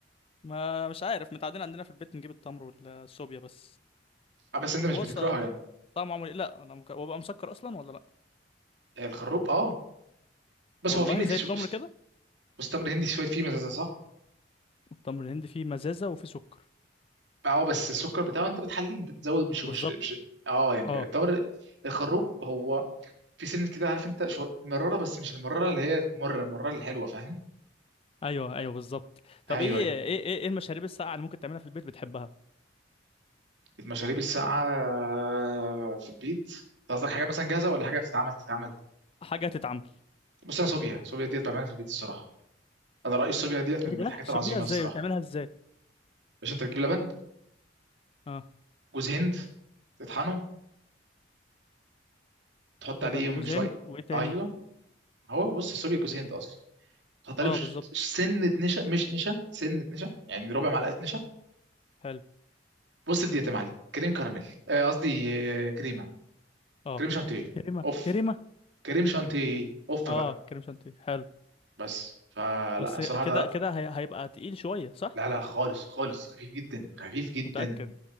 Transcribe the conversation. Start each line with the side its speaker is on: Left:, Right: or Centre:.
Left: ما مش عارف متعودين عندنا في البيت نجيب التمر والصوبيا بس
Right: اه بس انت مش
Left: طب هو
Right: بتكرهه
Left: أص-
Right: يعني
Left: طعمه عامل ايه لا انا مك... وابقى مسكر اصلا ولا لا
Right: هي الخروب اه بس
Left: والله
Right: هو فيه ميكس
Left: زي التمر كده.
Right: بس تمر هندي شويه فيه مزازه صح
Left: التمر الهندي فيه مزازة وفيه سكر
Right: اه بس السكر بتاعه انت بتحليه انت بتزود مش
Left: بالظبط
Right: مش مش اه يعني
Left: اه
Right: التمر الخروب هو في سنة كده عارف انت شوية مرارة بس مش المرارة اللي هي تمر المرارة الحلوة فاهم
Left: ايوه ايوه بالظبط طب
Right: ايوه
Left: ايه
Right: ايوه
Left: ايه ايه إيه المشاريب الساقعة اللي ممكن تعملها في البيت بتحبها
Right: المشاريب الساقعة في البيت انت قصدك حاجة مثلا جاهزة ولا حاجة بتتعمل تتعمل
Left: حاجة تتعمل
Right: بص انا صوبيا صوبيا ديت بعملها في البيت الصراحة انا رأيي الصوبيا ديت من
Left: ايه
Right: من
Left: ده
Right: الحاجات
Left: سوبيا
Right: العظيمة
Left: ازاي
Right: الصراحة
Left: بتعملها ازاي
Right: باش انت تجيب لبن
Left: اه
Right: جوز هند تطحنه تحط
Left: لبن
Right: عليه
Left: وجوز
Right: شوية
Left: هند وايه تاني
Right: ايوه هو بص الصوبيا جوز هند اصلا تحط عليه
Left: اه
Right: مش
Left: بالظبط
Right: سنة نشا مش نشا سنة نشا يعني ربع معلقة نشا
Left: حلو
Right: بص ديت يا معلم كريم كراميل آه، قصدي آه، كريمة
Left: اه
Right: كريم شانتيه
Left: كريمة
Right: اوف
Left: كريمة
Right: كريم شانتيه اوف
Left: اه
Right: بقى
Left: كريم شانتيه حلو
Right: بس فلا
Left: بس
Right: صراحه
Left: كده
Right: ده
Left: كده هي... هيبقى تقيل شوية صح
Right: لا لا خالص خالص خفيف جدا خفيف جدا
Left: متأكد